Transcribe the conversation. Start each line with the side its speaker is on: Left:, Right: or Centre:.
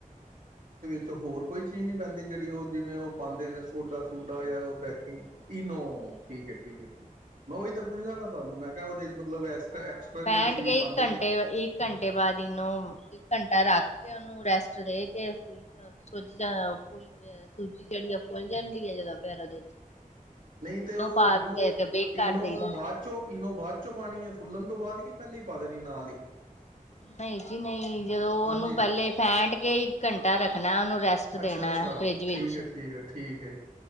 Right: ਚ ਹੋਰ ਕੋਈ ਚੀਜ਼ ਨਹੀਂ ਪੈਂਦੀ ਜਿਹੜੀ ਉਹ ਜਿਵੇਂ ਉਹ ਪਾਉਂਦੇ ਨੇ ਸੋਡਾ ਸੋਡਾ ਜਾਂ ਉਹ ਬੈਕਿੰਗ ਇਨੋ ਠੀਕ ਹੈ ਠੀਕ ਹੈ ਠੀਕ ਉਹੀ ਤਾਂ ਪੁੱਛਦਾ ਮੈਂ ਤੁਹਾਨੂੰ ਮੈਂ ਕਿਹਾ ਮਤਲਬ ਐਕਸਟਰਾ
Left: ਹਾਂ
Right: ਐਕਸਟਰਾ ਵੀ
Left: ਫੈਂਟ
Right: ਕੋਈ ਚੀਜ਼
Left: ਕੇ
Right: ਪਾਉਂਦੇ
Left: ਇੱਕ ਘੰਟੇ
Right: ਹੀ ਨੇ
Left: ਇੱਕ ਘੰਟੇ ਬਾਅਦ ਇਹਨੂੰ ਇੱਕ ਘੰਟਾ ਰੱਖ ਕੇ ਉਹਨੂੰ ਰੈਸਟ ਦੇ ਕੇ ਫੁ ਅ ਸੋਜ ਜਾਂ ਫੂਲ ਅ ਸੂਜੀ ਜਿਹੜੀ ਆ ਭੁੱਲ ਜਾਂਦੀ ਹੈ, ਜਦੋਂ ਫੈਰ ਐਦੇ ਚ
Right: ਨਹੀਂ ਤੇ ਉਹ
Left: ਪਾ
Right: ਇਨੋ,
Left: ਕੇ ਤੇ ਬੇਕ ਕਰ
Right: ਇਨੋ
Left: ਦਈਦਾ
Right: ਬਾਅਦ ਚੋਂ, ਇਨੋ ਬਾਅਦ ਚੋਂ ਪਾਣੀ ਹੈ। ਭੁੱਲਣ ਤੋਂ ਬਾਅਦ, ਕਿ ਪਹਿਲੇ ਹੀ ਪਾ ਦੇਣੀ ਨਾਲ ਹੀ।
Left: ਨਹੀਂ ਜੀ ਨਹੀਂ ਜਦੋਂ
Right: ਹਾਂਜੀ
Left: ਉਹਨੂੰ ਪਹਿਲੇ ਫੈਂਟ ਕੇ, ਇਕ ਘੰਟਾ ਰੱਖਣਾ ਉਹਨੂੰ। ਰੈਸਟ
Right: ਅੱਛਾ
Left: ਦੇਣਾ
Right: ਅੱਛਾ
Left: ਫਰਿੱਜ ਵਿੱਚ
Right: ਠੀਕ ਹੈ, ਠੀਕ ਹੈ, ਠੀਕ ਹੈ।